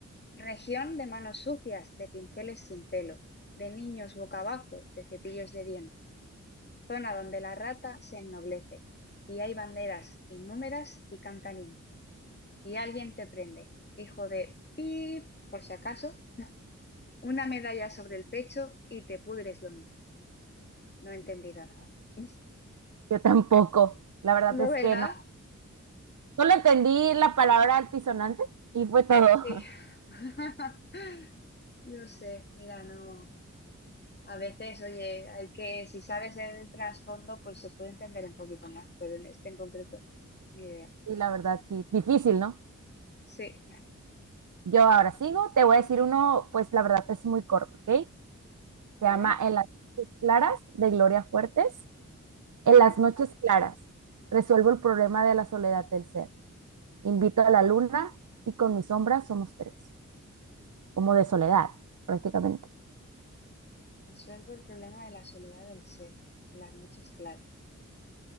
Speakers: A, on the left; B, on the right.
A: Región de manos sucias, de pinceles sin pelo, de niños boca abajo, de cepillos de dientes. zona donde la rata se ennoblece, y hay banderas innúmeras y cantanín, y alguien te prende, hijo de pip, por si acaso, una medalla sobre el pecho y te pudres lo mismo. No he entendido nada. <laughs>
B: Yo tampoco, la verdad
A: ¿No,
B: es
A: verdad?
B: que no. Solo entendí la palabra altisonante y fue todo. <laughs>
A: Sí. <laughs> Yo sé, mira, no. A veces, oye, hay que, si sabes el trasfondo, pues se puede entender un poquito más, pero en este en concreto, ni idea.
B: Y la verdad, sí, difícil, ¿no?
A: Sí,
B: Yo ahora sigo, te voy a decir uno, pues la verdad es muy corto, ¿ok?
A: vale.
B: Se llama En las noches claras de Gloria Fuertes.
A: Ajá.
B: En las noches claras, resuelvo el problema de la soledad del ser. Invito a la luna y con mi sombra somos tres. como de soledad, prácticamente.
A: Resuelvo el problema de la soledad del ser, en las noches claras.